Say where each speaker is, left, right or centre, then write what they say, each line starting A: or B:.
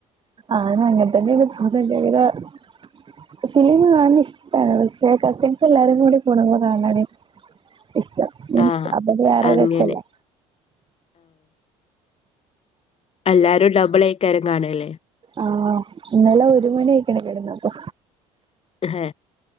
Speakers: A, on the right (about 35°); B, on the left (about 40°).
A: ആണ് അങ്ങൻത്തന്നെണ് <unintelligible> സിനിമ കാണ് ണത് ഇഷ്ടാണ്, പക്ഷെ കസിൻസ് എല്ലാരും കൂടി കൂടുമ്പോ കാണ് ണാണ് ഇഷ്ടം, മീൻസ്
B: ആഹ്
A: അപ്പൊ വേറൊരു
B: അങ്ങനെ
A: രസല്ലെ?
B: എല്ലാരുണ്ടാവുമ്പളൈകാരം കാണലേ?
A: ആഹ് ഇന്നലെ ഒരു മണിയയ്ക്ക്ണ് കെട്ന്നപ്പൊ.
B: ഹേ